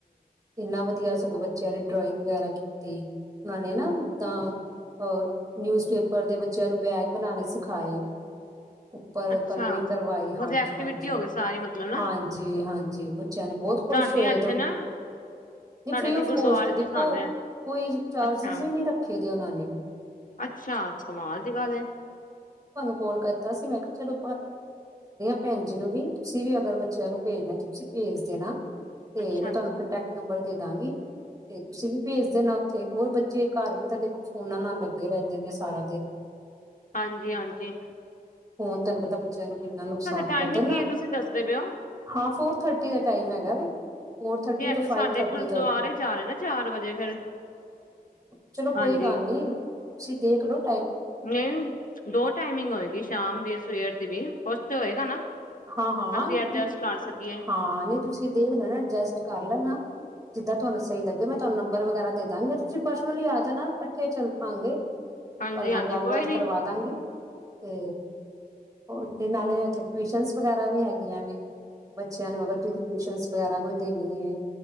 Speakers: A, on the right; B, on the left.
A: ਇੰਨਾ ਵਧੀਆ ਸਗੋਂ! ਬੱਚਿਆਂ ਨੇ ਡਰੌਂਇਂਗ ਵਗੈਰਾ ਕੀਤੀ। ਉਹਨਾਂ ਨੇ ਨਾਦ ਅ ਨਿਊਜ਼ਪੇਪਰ ਦੇ ਬੱਚਿਆਂ ਨੂੰ ਬੈਗ ਬਣਾਨੇ ਸਿਖਾਏ। ਖਾਏ। ਉੱਪਰ
B: ਅੱਛਾ ਅੱਛਾ,
A: ਕਲਰਿੰਗ ਕਰਵਾਈ। ਹਾਂਜੀ-ਹਾਂਜੀ,
B: ਮਤਲਬ ਐਕਟੀਵਿਟੀ ਹੋ ਗਈ ਸਾਰੀ ਮਤਲਬ ਨਾ
A: ਹਾਂਜੀ, ਹਾਂਜੀ! ਬੱਚਿਆਂ ਨੇ ਬਹੁਤ ਖੁਸ਼
B: ਸਾਡੇ
A: ਹੋਏ।
B: ਇੱਥੇ ਨਾ ਸਾਡੇ
A: ਫ੍ਰੀ
B: ਇੱਥੇ
A: ਆਫ
B: ਗੁਰਦੁਆਰੇ
A: ਕੋਸਟ
B: ਚ
A: ਦੇਖੋ-ਕੋਈ
B: ਸਿਖਾਂਦੇ ਨੇ
A: ਚਾਰਜਿਸ
B: ਅੱਛਾ
A: ਵੀ ਨੀ ਰੱਖੇ। ਉਹਨਾਂ ਨੇ।
B: ਅੱਛਾ। ਕਮਾਲ ਦੀ ਗੱਲ ਏ।
A: ਕੋਲ ਕਰਤਾ ਸੀ। ਮੈਂ ਕਿਹਾ, ਚਲੋ, ਭੈਣ ਜੀ, ਨੂੰ ਵੀ। ਤੁਸੀਂ ਵੀ ਅਗਰ ਬੱਚਿਆਂ ਨੂੰ ਭੇਜਣਾ, ਤੁਸੀਂ ਭੇਜ ਦੇਣਾ। ਤੇ
B: ਅੱਛਾ
A: ਮੈਂ
B: ਅੱਛਾ
A: ਤੁਹਾਨੂੰ ਕੰਟੈਟ ਨੰਬਰ ਦੇ ਦਾਂ ਤੇ ਤੁਸੀਂ ਵੀ ਭੇਜ ਦੇ ਨਾ ਉੱਥੇ ਹੋਰ ਬੱਚੇ ਘਰ ਵੀ ਤਾਂ ਦੇਖੋ ਫੋਨਾਂ ਨਾਲ ਲੱਗੇ ਰਹਿੰਦੇ ਨੇ ਸਾਰਾ ਦਿਨ।
B: ਹਾਂਜੀ, ਹਾਂਜੀ। ਜੀ।
A: ਹੁਣ ਤੁਹਾਨੂੰ ਪਤਾ। ਬੱਚਿਆਂ ਨੂੰ ਕਿੰਨਾ ਨੁਕਸਾਨ
B: ਟਾਈਮਿੰਗ
A: ਕਰਦੇ ਨਾ
B: ਕੀ ਹੈ ਤੁਸੀਂ ਦੱਸਦੇ ਪਏ ਹੋ
A: ਹਾਂ, ਫੋਰ ਥਰਟੀ ਦਾ ਟਾਈਮ ਹੈਗਾ ਵੇ। <inaudible> <unintelligible> ਫੋਰ ਥਰਟੀ
B: ਤੇ
A: ਟ
B: ਇੱਥੇ
A: ਫਾਈਵ
B: ਸਾਡੇ
A: ਥਰਟੀ
B: ਗੁਰਦੁਆਰੇ
A: ਤੱਕ
B: ਜਾ ਰਹੇ ਨਾ ਚਾਰ ਵਜੇ ਫੇਰ
A: ਚਲੋ ਕੋਈ
B: ਹਾਂਜੀ
A: ਗੱਲ ਨੀ ਤੁਸੀਂ ਦੇਖਲੋ।
B: ਨਹੀਂ ਦੋ ਟਾਈਮਿੰਗ ਹੋਏਗੀ ਸ਼ਾਮ ਦੀ, ਸਵੇਰ ਦੀ ਵੀ। ਕੁਛ ਤੇ ਹੋਏਗਾ ਨਾ?
A: ਹਾਂ, ਹਾਂ,
B: ਅਸੀਂ ਐਡਜਸਟ ਕਰ ਸਕੀਏ
A: ਹਾਂ। ਨਹੀਂ, ਤੁਸੀਂ ਦੇਖ ਲੈਣਾ। ਅਡਜਸਟ ਕਰ ਲੈਣਾ। ਜਿੱਦਾਂ ਤੁਹਾਨੂੰ ਸਹੀ ਲੱਗੇ, ਮੈਂ ਤੁਹਾਨੂੰ ਨੰਬਰ ਵਗੈਰਾ ਦੇ ਦਾਂ ਗੀ। ਤੁਸੀਂ ਪਰਸਨਲੀ ਆ ਜਾਣਾ, ਇਕੱਠੇ ਚੱਲ ਪਾਂਗੇ। ਤੁਵਾੜੇ
B: ਹਾਂਜੀ
A: ਨਾਲ
B: ਹਾਂਜੀ
A: ਗੱਲਬਾਤ
B: ਕੋਈ ਨੀ
A: ਕਰਵਾ ਦਾਂਗੇ। ਤੇ ਉਥੇ ਨਾਲੇ ਉੱਥੇ ਟਿਊਸ਼ਨ ਵਗੈਰਾ ਵੀ ਹੈਗੀਆਂ। ਬੱਚਿਆਂ ਨੂੰ ਅਗਰ ਤੁਸੀਂ ਟਿਊਸ਼ਨ ਵਗੈਰਾ ਕੋਈ ਦੇਣੀ ਏ।